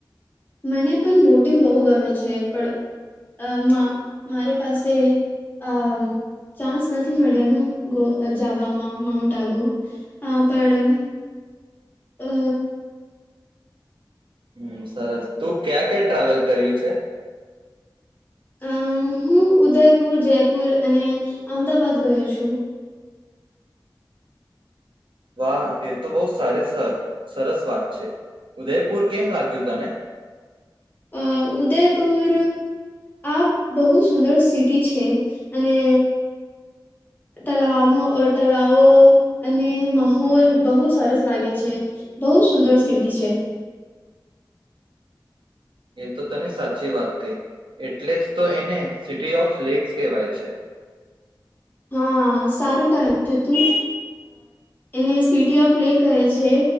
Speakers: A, on the left; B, on the right.
A: મને પણ બોટિંગ બહુ ગમે છે, પણ મારે પાસે આ ચાન્સ નથી મળ્યાનું જવામાં માઉન્ટ આબુ, પણ અ
B: હમ સરસ તું ક્યાં ક્યા મુસાફરી કર્યું છે?
A: અ હું ઉદયપુર જયપુર અને અમદાવાાદ ગયો છું.
B: વાહ એ તો બહુ સારી સર સરસ વાત છે, ઉદયપુર કેમ લાગ્યું તને?
A: અ ઉદયપુર આ બહુ સુંદર શહેર છે, અને તલામ તલાવો અને માહોલ બહુ સરસ લાગે છે, બહુ સુંદર શહેર છે.
B: એ તો તને સાચી વાત કહી, એટલે જ તો એને તળાવોનું શહેર કહેવાય છે.
A: હા સારું કહે તું એને સિટી ઓફ લે કહે છે,